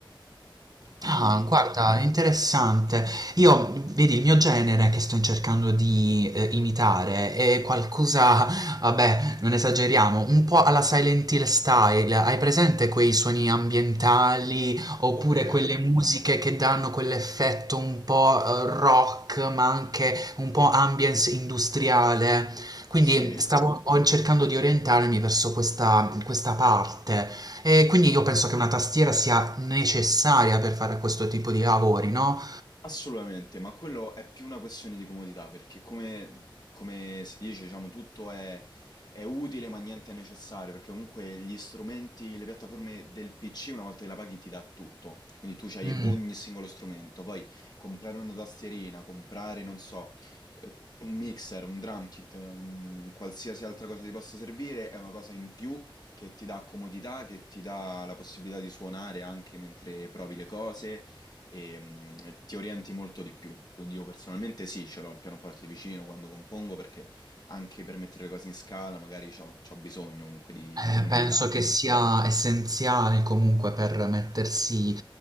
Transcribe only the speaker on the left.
Quindi,
ok,
sì.
Assolutamente, ma quello è più una questione di comodità, perché come, come si dice, diciamo, tutto è, è utile ma niente è necessario, perché comunque gli strumenti, le piattaforme del PC una volta che la paghi ti dà tutto, quindi tu hai
ogni singolo strumento, poi comprare una tastierina, comprare, non so, eh, un mixer, un drum kit, un qualsiasi altra cosa ti possa servire, è una cosa in più che ti dà comodità, che ti dà la possibilità di suonare anche mentre provi le cose e mm, e ti orienti molto di più. Quindi io personalmente sì, ce l'ho il pianoforte vicino quando compongo perché anche per mettere le cose in scala magari c'ho, c'ho bisogno comunque di,
di suoni
chiari.